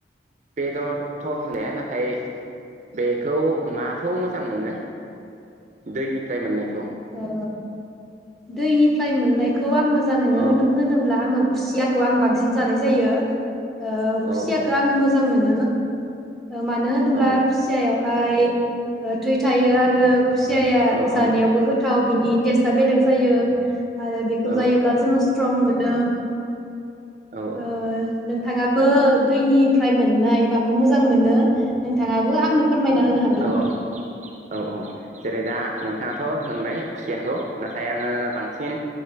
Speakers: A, on the right; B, in the centre.
A: बेदरथ होनाया नाथाय बेखौ माखौ मोजां मोनो दैनिफ्राय मोननायखौ
B: ओ दैनिफ्राय मोननायखौ आं मोजाङैनो
A: औ
B: होनो होनोब्ला आङो खुसियाखौ आं बांसिन जानाय जायो ओ
A: औ
B: खुसियाखौ
A: औ
B: आङो मोजां मोनो। ओ मानो होनोब्ला
A: औ
B: खुसियायावहाय ओ थै थायो आरो खुसियाया
A: औ
B: जानायावबो
A: औ
B: गोथाव बिनि टेस्टआ बेलेग जायो। आरो बेखौ
A: औ
B: जायोब्ला जोङो स्ट्रं मोनो
A: औ
B: ओ नोंथाङा बो दैनिफ्राय मोननाय माखौ मोजां मोनो? नोंथाङाबो आंनो फोरमायना होनो
A: औ
B: हागोन
A: औ औ औ जेरै- दा नोंथाङाथ' होनबाय खुसियाखौ नाथाय आङो बांसिन